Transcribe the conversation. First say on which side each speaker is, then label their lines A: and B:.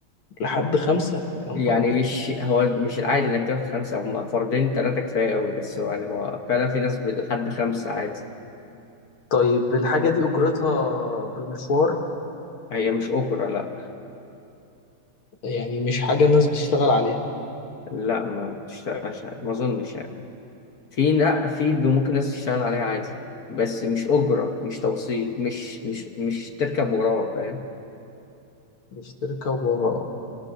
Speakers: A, on the left; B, on the left.
A: لحد خمسة يا نهار
B: يعني
A: أبيض
B: مش هو مش العادي انك تاخد خمسة هم فردين تلاتة كفاية أوي بس هو يعني هو فعلا في ناس لحد خمسة عادي
A: طيب الحاجة دي أجرتها بالمشوار
B: هي مش اوبرا لا
A: يعني مش حاجة الناس بتشتغل عليها
B: لا ما بتشتغلش عادي ما اظنش يعني في لا في ممكن ناس تشتغل عليها عادي بس مش اوبرا مش توصيل مش مش مش تركب وراه فاهم
A: مش تركب ورا